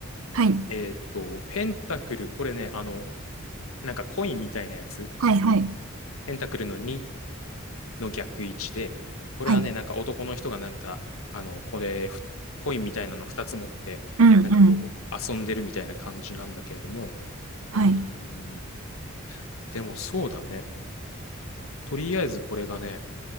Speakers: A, on the right; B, on the left.
A: はい。
B: えーっと、ペンタクル、これね、あの、なんかコインみたいなやつ、
A: はいはい。
B: ペンタクルの2の逆位置で、これはね、
A: はい。
B: なんか男の人がなんか、あの、これ、ふコインみたいなの2つ持って、
A: うんうん。
B: なんかこう、遊んでるみたいな感じなんだけれども、うーん。
A: はい。
B: でもそうだね。とりあえずこれがね、